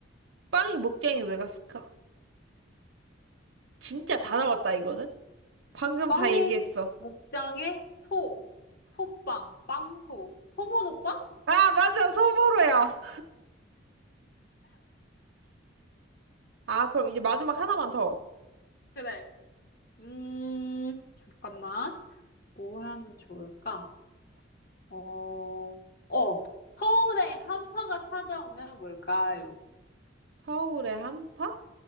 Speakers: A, on the right; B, on the left.
A: 빵이 목장에 왜 갔을까? 진짜 다 나왔다, 이거는? 방금
B: 빵이
A: 다 얘기했어.
B: 목장에 소! 소빵, 빵소. 소보노빵?
A: 아, 맞아. 서보로야. 아, 그럼 이제 마지막 하나만 더.
B: 그래. 음, 잠깐만. 뭐 하면 좋을까? 어, 어, 서울에 한파가 찾아오면 뭘까요?
A: 서울의 한파?